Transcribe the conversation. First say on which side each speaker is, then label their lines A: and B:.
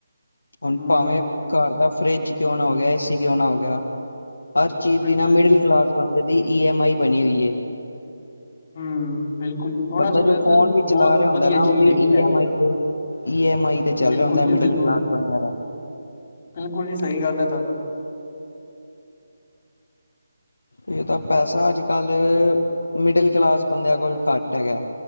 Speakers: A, on the left (about 70°); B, on the left (about 40°).
A: ਹੁਣ
B: ਹੂੰ
A: ਭਾਵੇਂ ਘਰ ਦਾ ਫਰਿੱਜ ਕਿਉਂ ਨਾ ਹੋ ਗਿਆ, ਏ ਸੀ ਕਿਉਂ ਨਾ ਹੋ ਗਿਆ। ਹਰ ਚੀਜ਼
B: ਬਿਲਕੁਲ
A: ਦੀ ਨਾ, ਮਿਡਲ
B: ਜੀ
A: ਕਲਾਸ ਬੰਦੇ ਦੀ ਈ ਐਮ ਆਈ ਬਣੀ ਹੋਈ ਏ।
B: ਹੂੰ ਬਿਲਕੁਲ। ਜੀ ਉਹਨਾਂ
A: ਬੰਦਾ
B: ਵਾਸਤੇ
A: ਜੋ
B: ਤੇ
A: ਫੋਨ ਵੀ
B: ਬਹੁਤ
A: ਚਲਾ ਰਿਹਾ ਹੁੰਦਾ
B: ਵਧੀਆ
A: ਨਾ ਉਹ
B: ਚੀਜ਼
A: ਵੀ
B: ਹੈਗੀ
A: ਈ
B: ਹੈ
A: ਐਮ ਆਈ ਦੇ ਈ ਐਮ ਆਈ ਤੇ ਚੱਲ
B: ਬਿਲਕੁਲ
A: ਰਿਹਾ ਹੁੰਦਾ
B: ਜੀ
A: ਮਿਡਲ
B: ਬਿਲਕੁਲ
A: ਕਲਾਸ
B: ਜੀ
A: ਬੰਦਿਆਂ ਦਾ।
B: ਬਿਲਕੁਲ ਜੀ, ਸਹੀ ਗੱਲ ਹੈ ਤਹਾਡੀ।
A: ਇਹ ਤਾਂ ਪੈਸਾ ਅੱਜ-ਕੱਲ੍ਹ ਮਿਡਲ ਕਲਾਸ ਬੰਦਿਆਂ ਕੋਲ ਘੱਟ ਹੈਗਾ।